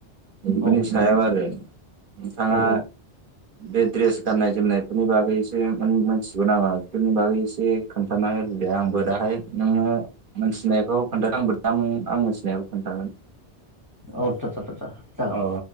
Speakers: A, on the right; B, on the left.
A: बेफोरनि
B: औ
A: सायाव आरो। नोंथाङा
B: औ
A: बे द्रेस गाननाय जोमनायफोरनि बागैसो मोन-मोनथिगौ नामा बेफोरनि बागै एसे खोन्थानो होनबे आंबो दाहाय नोंनो मोनथिनायखौ खोनथादो आंबो दाम आं मिथिनायखौ खोनथागोन।
B: औ चाचा चाचा‌ जागोन
A: औ